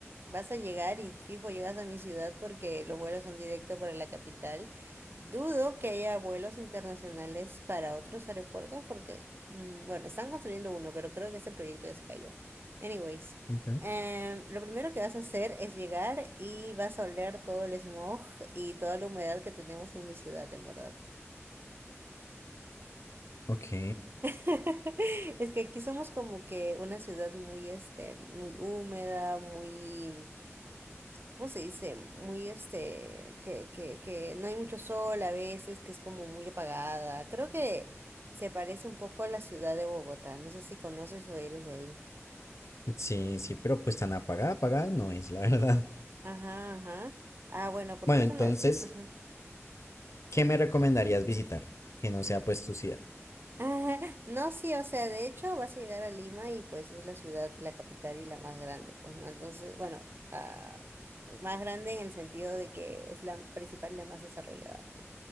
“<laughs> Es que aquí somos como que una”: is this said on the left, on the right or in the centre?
Right